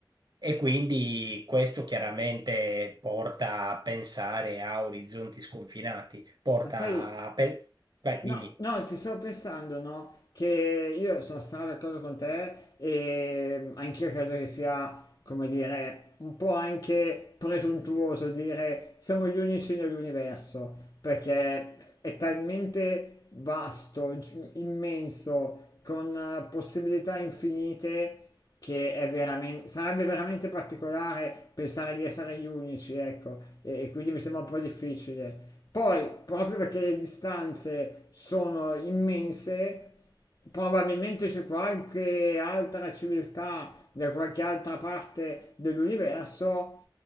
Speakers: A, on the right; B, on the left.
A: E quindi questo chiaramente porta a pensare a orizzonti sconfinati, porta
B: Ma sai,
A: a... pe- Vai,
B: no,
A: dimmi.
B: no, ti stavo pensando, no? Che io sono stato d'accordo con te e anch'io credo che sia, come dire, un po' anche presuntuoso dire siamo gli unici nell'universo, perché è talmente vasto, gi- immenso, con eh, possibilità infinite che è veramente, sarebbe veramente particolare pensare di essere gli unici, ecco, e, e quindi mi sembra un po' difficile. Poi, proprio perché le distanze sono immense, probabilmente c'è qualche altra civiltà da qualche altra parte dell'universo